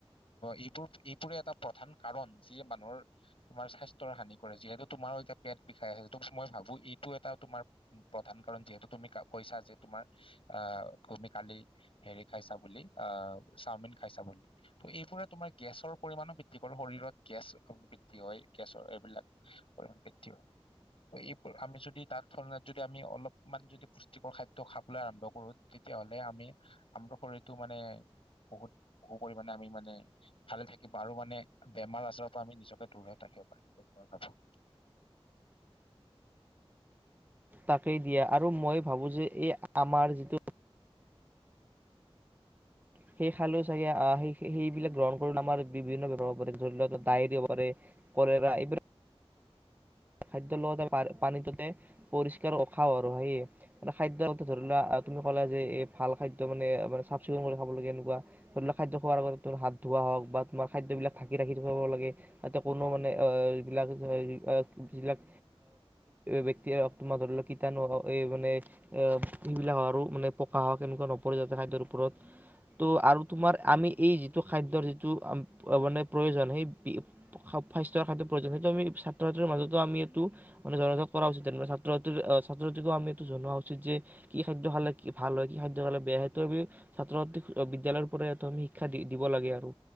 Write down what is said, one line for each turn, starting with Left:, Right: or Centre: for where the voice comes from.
Left: এইবোৰ এইবোৰে এটা প্ৰধান কাৰণ যিয়ে মানুহৰ তোমাৰ স্বাস্থ্যৰ হানি কৰে। যিহেতু তোমাৰো এতিয়া পেট বিষাই আছে ত মই ভাবো এইটো এটা তোমাৰ প্ৰধান কাৰণ যিহেতু তুমি কৈছা যে তোমাৰ অ তুমি কালি হেৰি খাইছা বুলি, অ চাওমিন খাইছা বুলি ত' এইবোৰে তোমাৰ গেছৰ পৰিমানো বৃদ্ধি কৰো শৰীৰত গেছ- গেছৰ এইবিলাক পৰিমান বৃদ্ধি হয়। ত এই আমি যদি তাৰ তুলনাত যদি আমি অলপমান যদি পুষ্টিকৰ খাদ্য খাবলৈ আৰম্ভ কৰো তেতিয়াহলে আমি আমাৰ শৰীৰতটো মানে বহুত বহু পৰিমণে আমি মানে ভালে থাকিব। আৰু মানে বেমাৰ আজাৰৰ পৰা আমি নিজক ৌৰাত আহিব পাৰোব <unintelligible>
Right: তাকেই দিয়ে আৰু মই ভাবো যে এই আমাৰ যিটো সেই খালো চাগ আহ স সেইবিলাক গ্ৰহণ কৰি আমাৰ বিভিন্ন বৱাৰ হব পাৰে ধৰি লোৱা, ডায়েৰি হ'ব পাৰে কৰা এইবিলাক খাদ্যৰ লগতে পানীটোতে পৰিষ্কাৰ উখাও আৰু সেয়ে, মানে খাদ্যৰ লগতে ধৰি লোৱা আহ তুমি কলা যে এই ভাল খাদ্য মানে চাফ চিকুণ কৰি খাব লাগে এনেকুৱা ধৰি লোৱা খাদ্য খোৱাৰ আতে হাত ধোৱা হওক বা তোমাৰ খাদ্যবলাক ধাকি ৰাখি থাব লাগে। তাতে কোনো মানে অ বিলাক যিবিলাক বক্তিয়ে হওক তোমাৰ ধৰি লওক কীটাণু হক এই মানে সবিলাক আৰু মানে পকা হওক এনেকুৱা নপৰে যাতে খাদ্যৰ ওপৰত। ত' আৰু তোমাৰ আমি এই যিটো খাদ্যৰ যিটো মানে প্ৰয়োজন সেই স্বাস্থ্য খাদ্য প্ৰয়োজন, সেইটো আমি ছাত্ৰ ছাত্ৰীৰ মাজত আমি এইটো মানে জনাত কৰা উচিত তেনে ছাত্ৰ ছাত্ৰীৰ আহ ছাত্ৰ ছাত্ৰীকো আমি এইটো জনোৱা উচিত যে কি খাদ্য খালে কি ভাল হয় কি খাদ্য খালে বেয়া সেইটো আমি ছাত্ৰ ছাত্ৰীক বিদ্যালয়ৰ পৰা এইটো আমি শিক্ষা দি দিব লাগে আৰু।